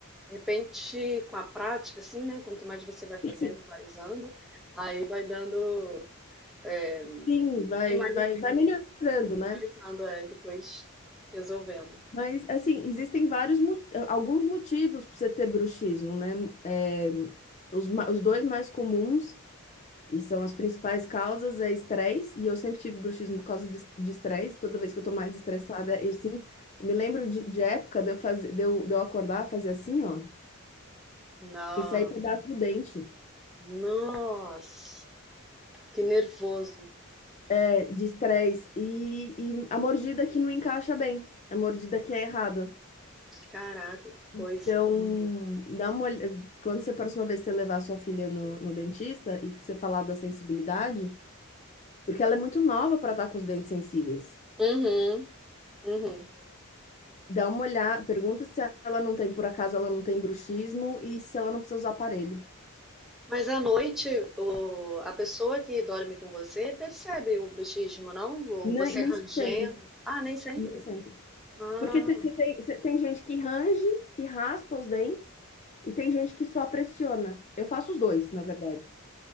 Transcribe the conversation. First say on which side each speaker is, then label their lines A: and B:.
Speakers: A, in the centre; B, on the left.
A: De repente, com a prática, assim, né? Quanto mais você vai fazendo
B: Sim,
A: e vai usando, aí vai dando, é,
B: sim, vai,
A: minimali-
B: vai, vai melhorando,
A: minimalizando,
B: né?
A: é, e depois resolvendo.
B: Mas, assim, existem vários, mo- alguns motivos para você ter bruxismo, né? É, os, ma- os dois mais comuns E são as principais causas é estresse, e eu sempre tive bruxismo por causa do es- de estresse. Toda vez que eu tô mais estressada, eu sim. Eu me lembro de, de época de eu, fazer, de eu, de eu acordar, fazer assim, ó,
A: Nossa,
B: e sair pedaço do dente
A: nossa, que nervoso.
B: é, de estresse. E, e a mordida que não encaixa bem, a mordida que é errada.
A: Caraca, que coisa.
B: Então, dá uma olh- Quando você, a próxima vez que você levar a sua filha no, no dentista e você falar da sensibilidade, porque ela é muito nova para estar com os dentes sensíveis.
A: Uhum, uhum.
B: Dá uma olhada, pergunta se ela não tem, por acaso ela não tem bruxismo e se ela não precisa usar aparelho.
A: Mas à noite, o- a pessoa que dorme com você percebe o bruxismo, não? Vo-
B: Nem,
A: Você
B: nem
A: rangendo.
B: sempre,
A: Ah, nem sempre.
B: nem sempre.
A: Ah,
B: Porque te- você tem, você tem gente que range, que raspa os dentes, e tem gente que só pressiona. Eu faço os dois, na verdade.